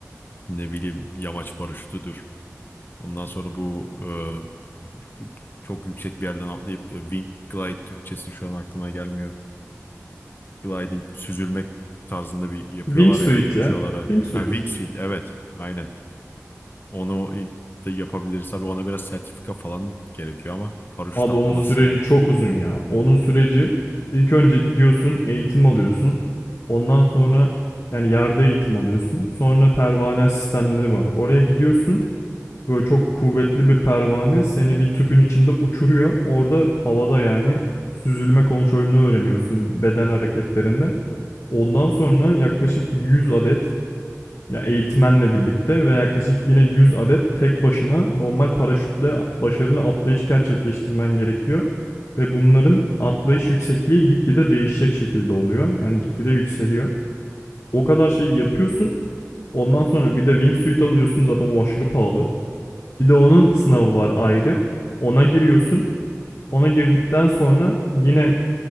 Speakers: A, on the left; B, on the left.
A: Ne bileyim yamaç paraşütüdür. Ondan sonra bu e, çok yüksek bir yerden atlayıp e, wing glide Türkçesi şu an aklıma gelmiyor. gliding, süzülmek tarzında bir yapıyorlar
B: Wingsuit
A: ya uçuyorlara.
B: ya. Wingsuit.
A: Ha, wingsuit evet aynen. Onu da yapabiliriz. Tabii ona biraz sertifika falan gerekiyor ama paraşüt
B: Abi
A: atlamasını
B: onun süreci çok uzun ya. Onun süreci ilk önce gidiyorsun, eğitim alıyorsun. Ondan sonra yani yerde eğitim alıyorsun. Sonra pervane sistemleri var. Oraya gidiyorsun. Böyle çok kuvvetli bir pervane seni bir tüpün içinde uçuruyor. Orada havada yani süzülme kontrolünü öğreniyorsun beden hareketlerini. Ondan sonra yaklaşık 100 adet ya yani eğitmenle birlikte ve yaklaşık yine 100 adet tek başına normal paraşütle başarılı atlayış gerçekleştirmen gerekiyor. Ve bunların atlayış yüksekliği gitgide değişecek şekilde oluyor. Yani gitgide yükseliyor. O kadar şeyi yapıyorsun. Ondan sonra bir de wingsuit alıyorsun zaten o aşırı pahalı. Bir de onun sınavı var ayrı. Ona giriyorsun. Ona girdikten sonra yine